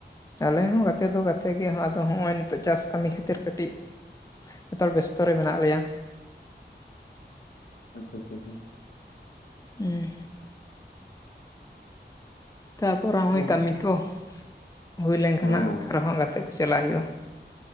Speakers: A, on the left; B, on the left.
A: ᱟᱞᱮ ᱦᱚᱸ ᱜᱟᱛᱮ ᱫᱚ ᱜᱟᱛᱮ ᱜᱮ ᱟᱫᱚ ᱦᱚᱸᱜ-ᱚᱭ ᱱᱤᱛᱚᱜ ᱪᱟᱥ ᱠᱟᱢᱤ ᱠᱷᱟᱹᱛᱤᱨ ᱠᱟᱹᱴᱤᱡᱼᱼ ᱡᱷᱚᱛᱚ ᱦᱚᱲ ᱵᱮᱥᱛᱚ ᱨᱮ ᱢᱮᱱᱟᱜ ᱞᱮᱭᱟ᱾
B: ᱟᱪᱪᱷᱟ ᱟᱪᱷᱟ ᱟᱪᱟ᱾
A: ᱦᱩᱸ ᱛᱟᱯᱚᱨᱮ
B: ᱦᱮᱸ
A: ᱦᱚᱸᱜᱼᱚᱭ ᱠᱟᱢᱤ ᱠᱚ ᱥᱩ ᱦᱩᱭ ᱞᱮᱱᱠᱷᱟᱱ
B: ᱦᱮᱸ
A: ᱱᱟᱜ ᱟᱨᱦᱚᱸ ᱜᱟᱛᱮ ᱠᱚ ᱪᱟᱞᱟᱜ ᱦᱩᱭᱩᱜ-ᱟ᱾